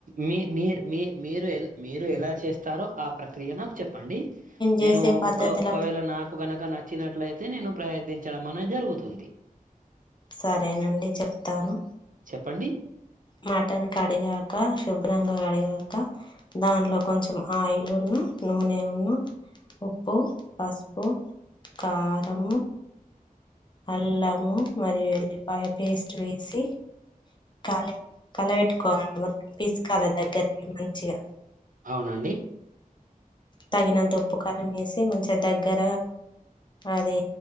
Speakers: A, on the right; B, on the left.
A: మీ మీరు మీ మీరు ఎ మీరు ఎలా చేస్తారో ఆ ప్రక్రియ నాకు చెప్ప చెప్పండి
B: చేసే
A: నేను
B: పద్ధతిల
A: ఒక ఒకవేళ నాకు కనుక నచ్చినట్లయితే నేను ప్రయత్ని చ్చడం అనేది జరుగుతుంది
B: సరేనండి చెప్తాను
A: చెప్పండి
B: మాటన్ కడిగాక శుభ్రంగా కడిగాక దానిలో కొంచెం ఆయిల్ ఉన్న నూనె ఉన్న ఉప్పు పసుపు కారము అల్లము మరియు ఎల్లిపాయ పేస్ట్ వేసి కాలి కలబెట్టుకోవాలండి మొత్తం పిసుకాలి దగ్గరికి మంచిగా
A: అవునండి
B: తగినంత ఉప్పు కారం వేసి మంచిది దగ్గర అది